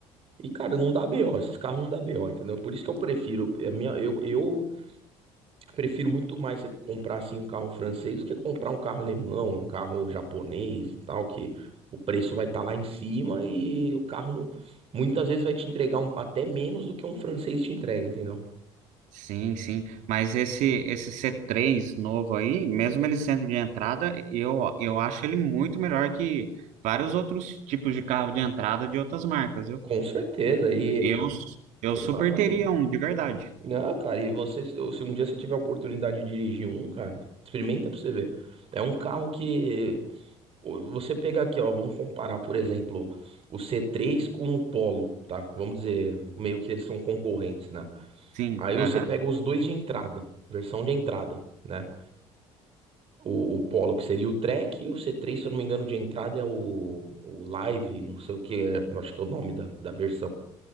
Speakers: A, on the right; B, on the right.
A: E, cara, não dá BO, esses carros não dá BO, entendeu? Por isso que eu prefiro, é, a minha, eu, eu prefiro muito mais você comprar, assim, um carro francês do que comprar um carro alemão, um carro japonês e tal, que o preço vai estar lá em cima e o carro não, muitas vezes vai te entregar um- até menos do que um francês te entrega, entendeu?
B: Sim, sim. Mas esse, esse C3 novo aí, mesmo ele sendo de entrada, eu, eu acho ele muito melhor que vários outros tipos de carro de entrada de outras marcas, viu?
A: Com certeza, e...
B: Eu, eu
A: Exatamente.
B: super teria um, de verdade.
A: Não, cara, e você, se se um dia você tiver a oportunidade de dirigir um, cara, experimenta pra você ver. É um carro que o- você pega aqui, ó, vamos comparar, por exemplo, o C3 com o Polo, tá? Vamos dizer, meio que eles são concorrentes, né?
B: Sim,
A: Aí
B: aham.
A: você pega os dois de entrada, versão de entrada, né? O, o Polo, que seria o Track, e o C3, se eu não me engano, de entrada é o, o Live, não sei o que, é, acho que é o nome da, da versão.